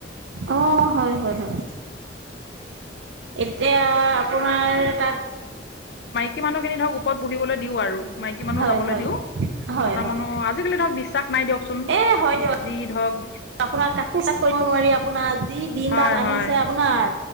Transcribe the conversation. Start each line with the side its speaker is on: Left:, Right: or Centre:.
Right: অ হয় হয় হয়। এতিয়া আপোনাৰ তাত।
Left: স মানুহখিনি ধৰক ওপৰত বহিবলৈ দিওঁ আৰু। মাইকী মানুহ
Right: হয়
Left: যাবলৈ
Right: হয়
Left: দিওঁ
Right: হয়
Left: মতা
Right: হয়
Left: মানুহ আজিকালি ধৰক বিশ্বাস নাই দিয়কচোন।
Right: এ হয় দিয়ক
Left: যি ধক।
Right: আপোনাক ক কৰিব নোৱাৰি আপোনাৰ যি দিনডাল
Left: হয়
Right: আহিছে
Left: হয়
Right: আপোনাৰ